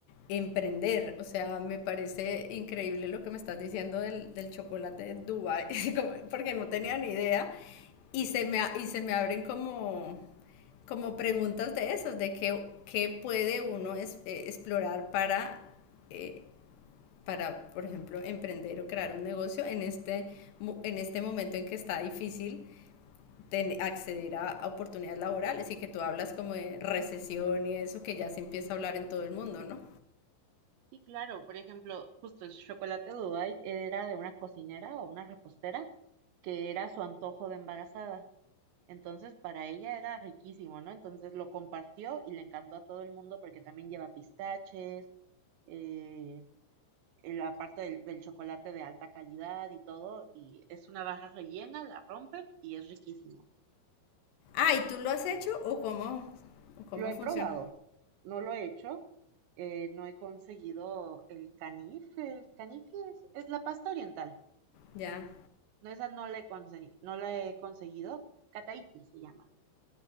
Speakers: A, on the left; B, on the right.
A: emprender. O sea, me parece increíble lo que me estás diciendo del, del chocolate de Dubai, <laughs> porque no tenía ni idea. Y se me, y se me abren como, como preguntas de esas, de qué, qué puede uno es, eh, explorar para... Eh, para, por ejemplo, emprender o crear un negocio en este, en este momento en que está difícil ten, acceder a, a oportunidades laborales y que tú hablas como de recesión y eso que ya se empieza a hablar en todo el mundo, ¿no?
B: sí, claro, por ejemplo, justo el chocolate de Dubái era de una cocinera o una repostera que era su antojo de embarazada. Entonces, para ella era riquísimo, ¿no? Entonces lo compartió y le encantó a todo el mundo porque también lleva pistaches, eh, la parte del, del chocolate de alta calidad y todo. Y es una barra rellena, la rompen y es riquísimo.
A: Ah, ¿y tú lo has hecho o cómo, o cómo
B: Lo he
A: funciona?
B: probado, no lo he hecho, eh, no he conseguido el canife. El canife es, es la pasta oriental.
A: Ya,
B: No, esa no la he, conse- no la he conseguido. Cataifi se llama.